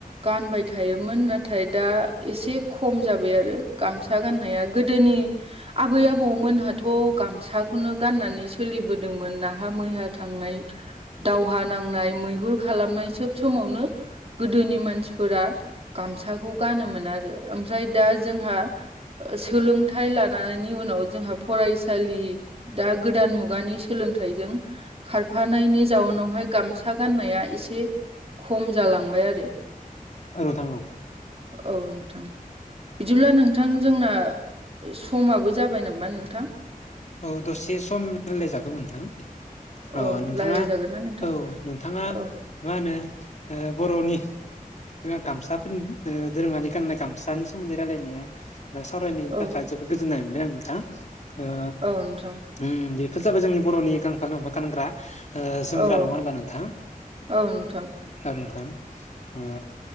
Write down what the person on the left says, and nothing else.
औ नोंथां औ।
औ दसे सम रायलायजागौ नोंथां।
अ नोंथाङा
औ नोंथाङा
मा होनो ओ बर'नि जोंहा गामसाफोरनि ओ दोरोङनानै गाननाय गामसानि सोमोन्दै रायलायनाया सावरायनायनि
थाखाय जोबोद गोजोननाय मोनबाय आं नोंथा ओ
ओम बेफोर जाबाय जोंनि बर'नि गांफा गांफा गानग्रा ओ जोमग्रा
नङा होनबा नोंथां!
औ नोंथां ओ